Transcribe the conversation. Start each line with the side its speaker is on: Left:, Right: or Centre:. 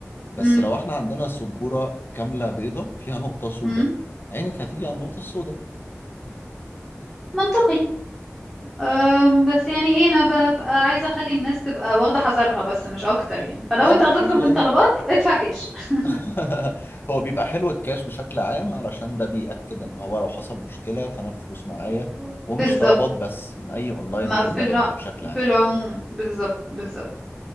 Left: بس
Centre: مم.
Left: لو احنا عندنا سبورة كاملة بيضة فيها نقطة سوداء
Centre: مم.
Left: عينك هتيجي على النقطة السوداء
Centre: منطقي أم، بس يعني ايه انا ببقى عايزه اخلي الناس تبقى واخده حذرها بس مش اكتر يعني فلو
Left: لا
Centre: انت
Left: لا
Centre: هتطلب
Left: طبيعي
Centre: من طلبات ادفع كاش <laughs>
Left: <laughs> هو بيبقى حلو الكاش بشكل عام علشان ده بيأكد ان هو لو حصل مشكلة فانا الفلوس معايا
Centre: طبعاً.
Left: ومش
Centre: بالظبط
Left: طلبات بس من اي اونلاين
Centre: ما
Left: اوردرنج
Centre: في الع...
Left: بشكل عام
Centre: في العموم بالظبط بالظبط